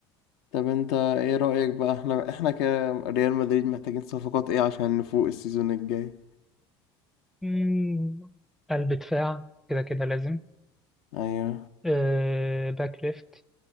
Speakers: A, on the left (about 70°); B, in the centre.
A: طب انت ايه رأيك بقى احنا احنا كريال مدريد محتاجين صفقات ايه عشان نفوق السيزون الجاي
B: مم، قلب دفاع كده كده لازم
A: ايوه
B: آه، باك ليفت